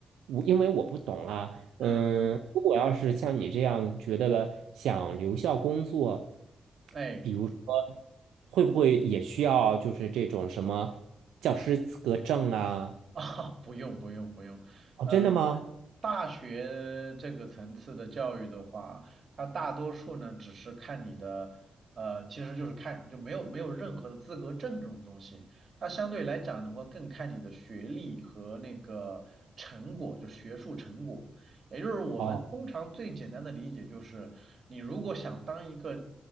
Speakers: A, on the right (about 85°); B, on the right (about 55°).
A: 我因为我不懂啊，嗯，
B: 嗯嗯，嗯
A: 如果要是像你这样觉得的，想留校工作，
B: 哎，
A: 比如会不会也需要就是这种什么教师资格证啊？
B: <laughs> 啊，不用不用不用，
A: 哦，
B: 呃，
A: 真的吗？
B: 因为大学这个层次的教育的话，它大多数呢只是看你的，呃，其实就是看就没有没有任何的资格证这种东西，它相对来讲的话更看你的学历和那个成果，就学术成果。也就是我们通常最简单的理解就是，
A: 哦，
B: 你如果想当一个